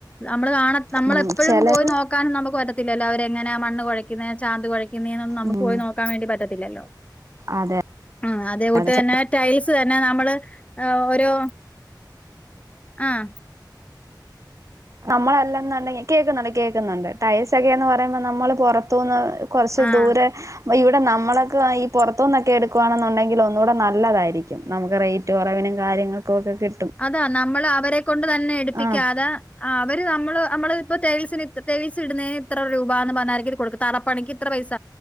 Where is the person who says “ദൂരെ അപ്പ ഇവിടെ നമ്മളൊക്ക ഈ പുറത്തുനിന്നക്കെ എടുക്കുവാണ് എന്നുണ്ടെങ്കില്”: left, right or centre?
Right